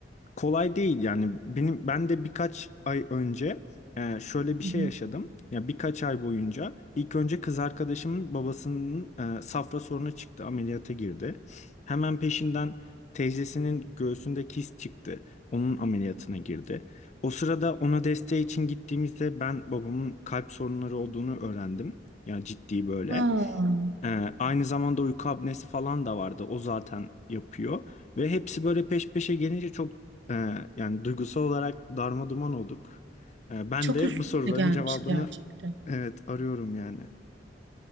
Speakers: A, on the left; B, on the right.
A: kolay değil yani benim ben de birkaç ay önce e, şöyle bir
B: Hı
A: şey
B: hı.
A: yaşadım. Ya birkaç ay boyunca ilk önce kız arkadaşımın babasının e, safra sorunu çıktı, ameliyata girdi. Hemen peşinden teyzesinin göğsünde kist çıktı. Onun ameliyatına girdi. O sırada ona desteği için gittiğimizde ben babamın kalp sorunları olduğunu öğrendim. Yani ciddi böyle.
B: Aa,
A: Ee, aynı zamanda uyku apnesi falan da vardı. O zaten yapıyor. Ve hepsi böyle peş peşe gelince çok e, yani duygusal olarak darma duman olduk. E, ben
B: çok
A: de
B: üst
A: bu soruların
B: üste gelmiş
A: cevabını
B: gerçekten.
A: evet arıyorum yani.